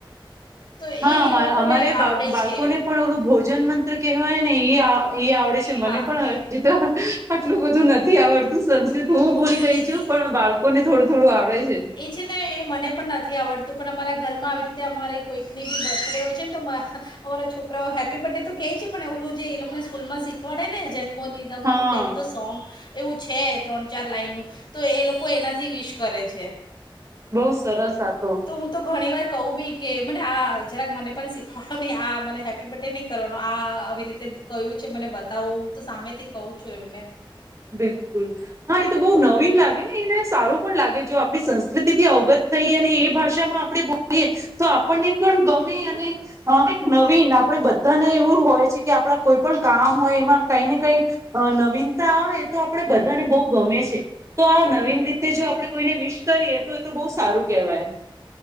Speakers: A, on the left; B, on the right.
A: તો
B: હા
A: એ
B: અમા
A: એ લોકોને
B: અમારે બા
A: આવડે
B: બાળકોને
A: છે
B: પણ ઓલું ભોજ ભજન મંત્ર કહેવાય ને એ આવ એ આવડે છે
A: હા
B: મને પણ જી તો આટલું બધું નથી આવડતું સંસ્કૃત
A: ઈ-
B: હું ભૂલી ગઈ
A: ઈ-
B: છું પણ બાળકો ને થોડું થોડું આવડે છે.
A: એ છે ને એ મને પણ નથી આવડતું પણ અમારા ઘરમાં આવી રીતે અમારી કોઈકની બી બર્થડે હોય છે ન તો અમારા છોકરાઓ હેપી બર્થ ડે તો કેહે છે પણ ઓલું જે એ લોકોને સ્કૂલમાં શીખવાડે ને જન્મની <unintelligible>
B: હા
A: એવું કઈક તો સોંગ એવું છે. ત્રણ ચાર લાઈનનું તો એ લોકો એનાથી વિશ કરે છે.
B: બઉુ સરસ આ તો
A: તો હું તો ઘણી વાર કહું બી કે મને આ જરાક મને પણ શીખવાડો નહીં આ મને હેપી બર્થ ડે નહીં. કરવાનું આ આવી રીતે કહું છે મને બતાવો હું તો સામેથી કહું છું એમને
B: બિલકુલ હા એ તો બહુ નવીન લાગે ને એને સારું પણ લાગે જો આપણી સંસ્કૃતિથી અગત્ય થઈ અને એ ભાષામાં આપણે બોલીએ તો આપણને પણ ગમે અને હ એક નવીન આપણેે બધાને એવું હોય છે કે આપડા કોઈ પણ કામ હોય એમાં કઈ ને કઈ અ નવીનતા આવે એ તો આપણેે બધાને બહુ ગમે છે. તો આ નવીન રીતે જો આપડે કોઈને વિશ કરીએ તો એ તો બહુ સારું કહેવાય.